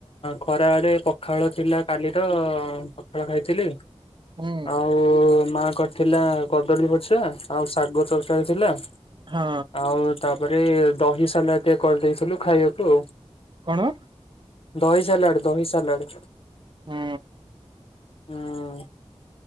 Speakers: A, on the left; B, on the right.
A: ଖରା ବଳେ ପଖାଳ ଥିଲା କାଲିର ପଖାଳ ଖାଇଥିଲି।
B: ହୁଁ
A: ଆଉ ମା କରିଥିଲା କଦଳୀ ପଛା ଆଉ ଶାଗ ତରକାରୀ ଥିଲା।
B: ହଁ।
A: ଆଉ ତାପରେ ଦହି ସଲା ଟିକେ କରିଦେଇଥିଲୁ ଖାଇବାକୁ ଆଉ।
B: କଣ?
A: ଦହି ସଲାଡ଼ ଦହି ସଲାଡ଼।
B: ହୁଁ।
A: ହଁ,